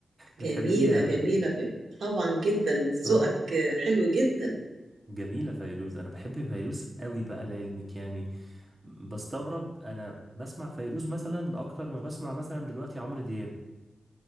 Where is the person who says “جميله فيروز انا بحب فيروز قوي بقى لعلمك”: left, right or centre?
Right